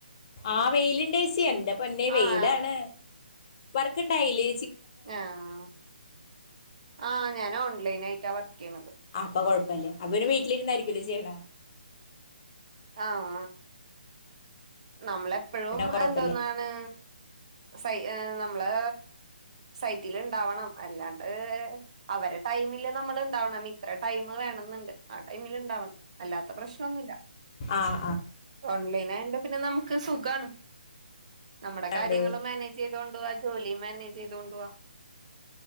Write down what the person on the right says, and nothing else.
ആഹ്
ആഹ ആഹ ഞാൻ ഓൺലൈൻ ആയിട്ട് ആ വർക്ക് യ്യണേ.
ആഹ നമ്മളെപ്പോഴും
എന്തോന്നാണ്- സൈ ഏ നമ്മള് സൈറ്റിൽ ഉണ്ടാവണം അല്ലാണ്ട്. അവരെ ടൈമില് നമ്മൾ ഇണ്ടാവണം ഇത്ര ടൈമ വേണന്നുണ്ട് ആ ടൈമില് ഇണ്ടാവണം അല്ലാത്ത പ്രശ്നന്നുല്ല.
ഓൺലൈൻ ആയോണ്ട് പിന്നെ നമുക്ക് സുഖാണ് നമ്മുടെ
കാര്യങ്ങള് മാനേജ് ചെയ്- തൊണ്ട് പോവാ ജോലി മാനേജ് ചെയ്തോണ്ട് വാ